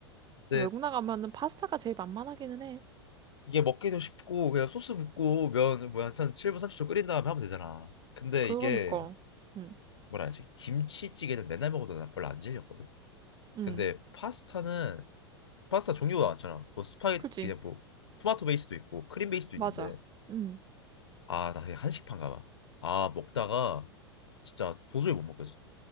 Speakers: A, on the left; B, on the right.
A: 근
B: 외국 나가면은 파스타가 제일 만만하기는 해.
A: 이게 먹기도 쉽고 그냥 소스 붓고 면 뭐야 한 7분 30초 끓인 다음에 하면 되잖아. 근데
B: 그러니까.
A: 이게
B: 응,
A: 뭐라 하지? 김치찌개는 맨날 먹어도 나 별로 안 질렸거든.
B: 응.
A: 근데 파스타는 파스타 종류가 많잖아. 뭐 스파게티
B: 그지?
A: 그냥 뭐 토마토 베이스도 있고 크림 베이스도
B: 맞아.
A: 있는데
B: 응.
A: 아 나 그냥 한식판가 봐. 아 먹다가 진짜 도저히 못 먹겠어.